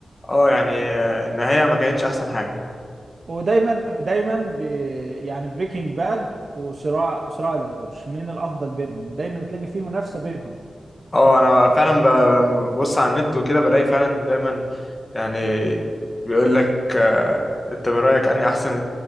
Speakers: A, on the left; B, on the right.
A: اه يعني آه، النهاية ما كانتش احسن حاجة
B: ودايما دايما ب... يعني بريكنج باد وصراع صراع العروش مين الافضل بينهم دايما تلاقي فيه منافسه بينهم
A: اه انا فعلا ب- ببص على النت وكده بلاقي فعلا دايما يعني بيقول لك آه، انت من رايك اني احسن